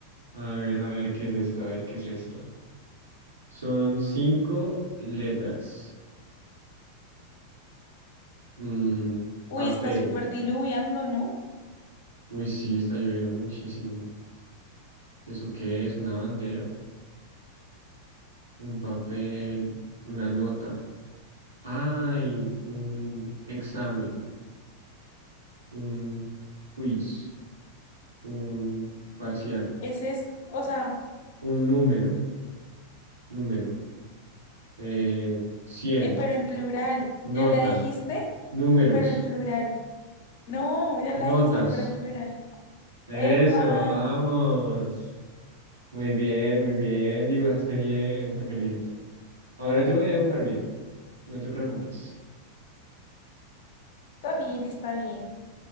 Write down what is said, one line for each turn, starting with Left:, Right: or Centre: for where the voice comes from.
Right: A ver, a ver, ¿qué es esto? A ver, ¿qué es esto? Son cinco letras. Mm,
Left: Uy,
Right: papel.
Left: está súper diluviando, ¿no?
Right: Uy, sí, está lloviendo muchísimo. ¿Eso qué es? ¿Una bandera? ¿Un papel? ¿Una nota? Ay, un examen, un quiz, un parcial,
Left: Ese es, o sea,
Right: un número, número, eh, 100,
Left: eh, pero en plural.
Right: nota,
Left: Ya la dijiste,
Right: números,
Left: pero en plural. No, ya la
Right: notas.
Left: dijiste, pero en plural.
Right: Eso,
Left: Epa,
Right: vamos. Muy bien, muy bien, dibujaste bien, te felicito. Ahora yo voy a dibujar bien, no te preocupes.
Left: está bien, está bien.